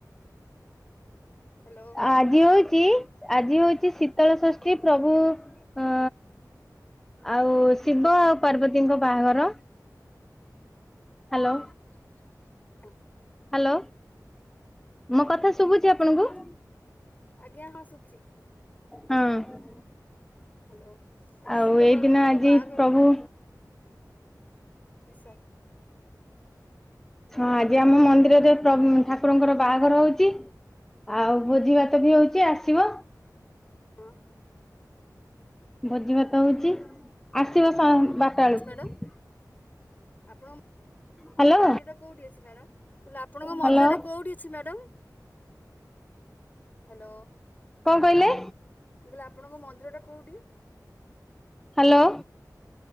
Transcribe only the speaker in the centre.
ଆଜି ହଉଚି, ଆଜି ହଉଚି ଶୀତଳ ଷଷ୍ଠୀ ପ୍ରଭୁ ଅ ଆଉ
ଶିବ ପାର୍ବତୀଙ୍କ ବାହାଘର। ହାଲୋ।
ହାଲୋ, ମୋ କଥା ଶୁଭୁଚି
ଆପଣଙ୍କୁ?
ହଁ।
ଆଉ
ଏଇଦିନ
ଆଜି
ପ୍ରଭୁ
ହଁ ଆଜି ଆମ ମନ୍ଦିରରେ ପ୍ରଭୁ
ଠାକୁରଙ୍କର ବାହାଘର ହଉଚି। ଆଉ ଭୋଜି ଭାତ ବି ହଉଚି, ଆସିବ।
ଭୋଜି ଭାତ ହଉଚି, ଆସିବ ବାରଟା ବେଳକୁ।
ହ୍ୟାଲୋ
ହ୍ୟାଲୋ
କଣ କହିଲେ?
ହାଲୋ।